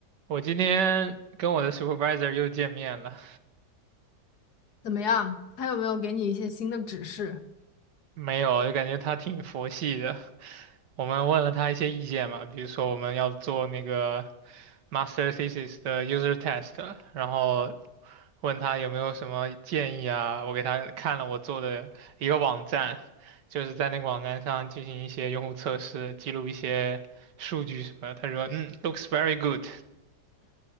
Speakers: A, on the right; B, on the left.
A: 我今天跟我的 supervisor 又见面了，
B: 怎么样？他有没有给你一些新的指示？
A: 没有，就感觉他挺佛系的。我们问了他一些意见嘛，比如说我们要做那个 master thesis 的 user test，然后问他有没有什么建议啊。我给他看了我做的一个网站，就是在那个网站上进行一些用户测试，记录一些数据什么的。他说，嗯，looks very good，